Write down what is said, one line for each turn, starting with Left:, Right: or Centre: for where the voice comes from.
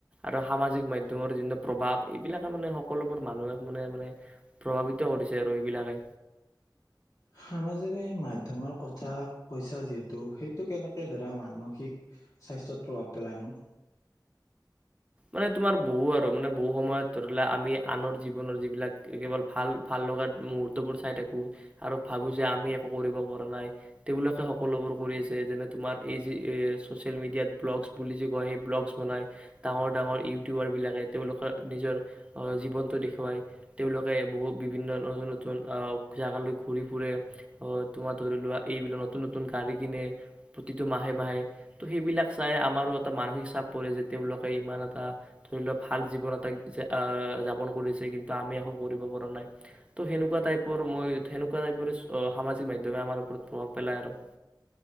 Right: আৰু সামাজিক মাধ্যমৰ যি প্ৰভাৱ এইবিলাকে মানে সকলোবোৰ মানুহে মানে মানে প্ৰভাৱিত কৰিছে আৰু এইবিলাকে।
Left: সামাজিক মাধ্যমৰ কথা কৈছা যিহেতু সেইটো কেনেকে ধৰা মানসিক স্বাস্থ্যত প্ৰভাৱ পেলাইনো?
Right: মানে তোমাৰ বহু আৰু মানে বহু সময়ত ধৰিলোৱা আমি আনৰ জীৱনৰ যিবিলাক কেৱল ভাল ভাল লগা মুহুৰ্তবোৰ চাই থাকো আৰু ভাবো যে আমি একো কৰিব পৰা নাই তেওঁলোকে সকলোবোৰ কৰি আছে যেনে তোমাৰ এই যে এই ছ'চিয়েল মিডিয়াত ব্লগ বুলি যে কয় সেই ব্লগ বনাই ডাঙৰ ডাঙৰ ইউটিউবাৰবিলাকে তেওঁলোকৰ নিজৰ অ জীৱনটো দেখুৱায় তেওঁলোকে বহু বিভিন্ন নতুন অ জেগালৈ ঘূৰি ফুৰে অ তোমাৰ ধৰি লোৱা এইবিলাক নতুন নতুন গাড়ী কিনে প্ৰতিটো মাহে মাহে তো সেইবিলাক চাই আমাৰো এটা মানসিক চাপ পৰে যে তেওঁলোক ইমান এটা ধৰি লোৱা ভাল জীৱন এটা আহ যাপন কৰিছে কিন্তু আমি একো কৰিব পৰা নাই ত সেনেকুৱা টাইপৰ মই সেনেকুৱা টাইপৰে সামাজিক মাধ্যমে আমাৰ ওপৰত প্ৰভাৱ পেলাই আৰু